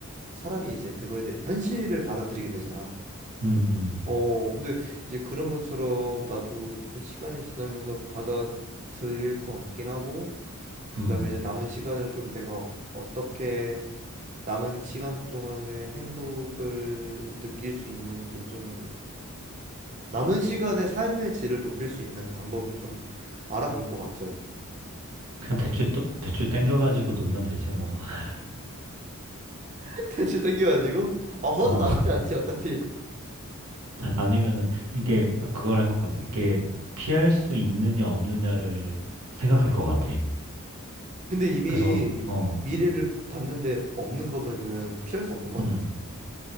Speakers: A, on the right; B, on the right.
A: 사람이 이제 그거에 대해 현실을 받아들이게 되잖아.
B: 음,
A: 어, 근데 이제 그런 것처럼 나도 좀 시간이 지나면서 받아들일 것 같긴 하고,
B: 음,
A: 그다음에
B: 음.
A: 이제 남은 시간을 좀 내가 어떻게 남은 시간 동안의 행복을 느낄 수 있는지 좀 남은 시간의 삶의 질을 높일 수 있는 방법을 좀 알아볼 것 같아.
B: 그냥 대출 또, 대출 땡겨가지고 놀면 되지, 뭐. <laughs>
A: <laughs> 대출 땡겨가지고 어, 허도
B: 어,
A: 나쁘지 않지
B: <laughs>
A: 어차피.
B: 아니면은, 이게, 그걸 할 것 같아. 이게, 피할 수 있느냐, 없느냐를 생각할 것 같아.
A: 근데 이미
B: 그래서, 어,
A: 미래를 봤는데 없는 거면은 피할 수 없는 거
B: 음,
A: 아니야?